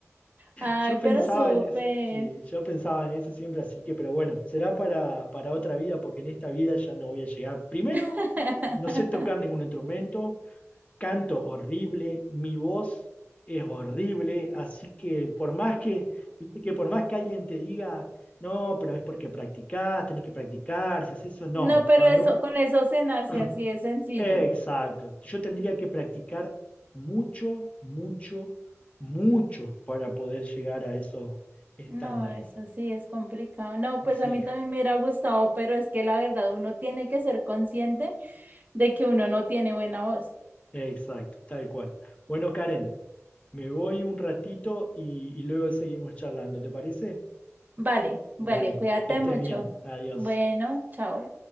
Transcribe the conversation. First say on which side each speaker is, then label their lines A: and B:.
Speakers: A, on the right; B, on the left.
A: Ay,
B: yo pensaba
A: pero súper.
B: en eso, sí, yo pensaba en eso siempre, así que, pero bueno, será para, para otra vida, porque en esta vida ya no voy a llegar. Primero,
A: <laughs>
B: no sé tocar ningún instrumento, canto horrible, mi voz es horrible, así que por más que, viste que por más que alguien te diga, no, pero es porque practicás, tenés que practicar, si haces eso, no.
A: No, pero
B: Cuando
A: eso, con eso se nace
B: <clears throat>
A: así, es sencillo.
B: Exacto. Yo tendría que practicar mucho, mucho, mucho para poder llegar a esos estándares.
A: No, eso sí es complicado. No, pues
B: Sí,
A: a mí también me hubiera gustado, pero es que la verdad uno tiene que ser consciente de que uno no tiene buena voz.
B: exacto, tal cual. Bueno, Karen, me voy un ratito y, y luego seguimos charlando, ¿te parece?
A: Vale, vale,
B: Dale,
A: cuídate
B: que estés
A: mucho.
B: bien. Adiós.
A: Bueno, chao.